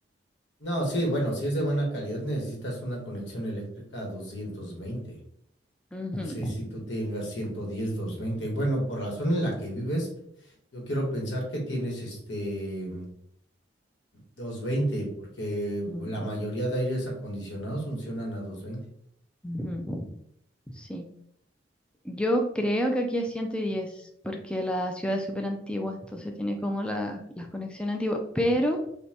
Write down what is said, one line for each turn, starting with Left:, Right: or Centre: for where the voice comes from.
Left: No, sí, bueno, si es de buena calidad necesitas una conexión eléctrica a doscientos veinte
Centre: Ujú,
Left: No sé si tú tengas ciento diez doscientos veinte Bueno, por la zona en la que vives, yo quiero pensar que tienes este. doscientos veinte porque
Centre: ujú,
Left: la mayoría de aires acondicionados funcionan a 220.
Centre: ujú. Sí. Yo creo que aquí es 110, porque la ciudad es súper antigua, entonces tiene como la, las conexiones antiguas, pero